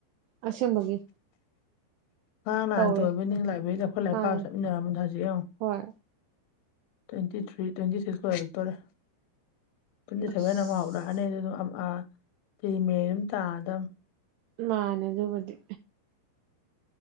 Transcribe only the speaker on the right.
ꯑꯁꯦꯡꯕꯒꯤ
ꯇꯧꯋꯦ
ꯃꯥꯅꯦ
ꯍꯣꯏ
ꯑꯁ
ꯅꯅꯦ ꯑꯗꯨ ꯃꯗꯤ